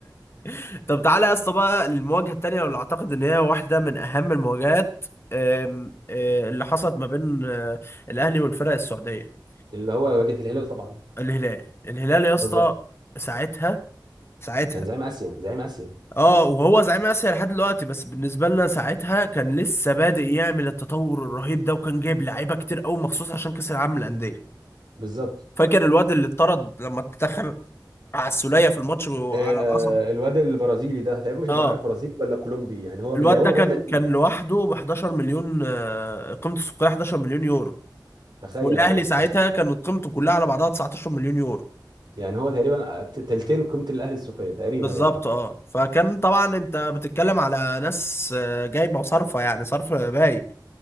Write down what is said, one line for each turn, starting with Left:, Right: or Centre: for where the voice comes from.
Left: <laughs> طب تعالى يا اسطى بقى المواجهه التانيه اللي اعتقد ان هي واحده من اهم المواجهات آم، آه، اللي حصلت ما بين آه، الاهلي والفرق السعوديه
Right: اللي هو واجهه الهلال طبعا
Left: الهلال الهلال يا
Right: بالظبط
Left: اسطى ساعتها ساعتها
Right: كان زعيم اسيا زعيم اسيا
Left: اه وهو زعيم اسيا لحد دلوقتي بس بالنسبه لنا ساعتها كان لسه بادئ يعمل التطور الرهيب ده وكان جايب لعيبه كتير قوي مخصوص عشان كاس العالم للانديه
Right: بالظبط
Left: فاكر الواد اللي اتطرد لما اتدخل على السوليه في الماتش وعلى
Right: آه
Left: القصب
Right: الواد البرازيلي ده تقريبا مش
Left: اه
Right: هبقى عارف برازيلي ولا كولومبي يعني هو
Left: الواد
Right: من لاهوت
Left: ده كان
Right: واد لاتيني
Left: كان لوحده ب 11 مليون آه، قيمته السوقيه 11 مليون يورو
Right: تخيل
Left: والاهلي
Right: يا باشا
Left: ساعتها
Right: تخ...
Left: كانت قيمته كلها على بعضها 19 مليون يورو
Right: يعني هو تقريبا تلتين قيمه الاهلي السوقيه تقريبا
Left: بالظبط
Right: يعني
Left: اه فكان طبعا انت بتتكلم على ناس آه، جايبه وصرفه يعني صرف باي